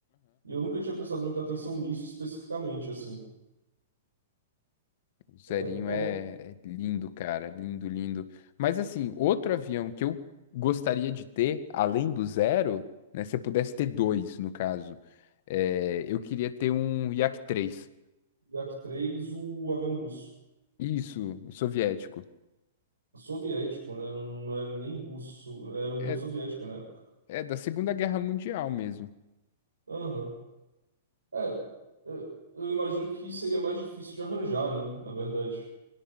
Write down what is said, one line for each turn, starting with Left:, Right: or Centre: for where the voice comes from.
Right: E eu nunca tinha prestado muita atenção nisso especificamente, assim.
Left: O Zerinho
Right: É, uau.
Left: é, é lindo, cara. Lindo, lindo. Mas assim, outro avião que eu gostaria de ter, além do Zero, né? Se eu pudesse ter dois, no caso, é, eu queria ter um Yak-3.
Right: yak três, o avião russo.
Left: Isso, o soviético.
Right: Soviético, né? Não, não era nem russo. Era União
Left: É,
Right: Soviética na época.
Left: é da Segunda Guerra Mundial mesmo.
Right: Aham. É, eu eu imagino que seria mais difícil de arranjar, né? Na verdade.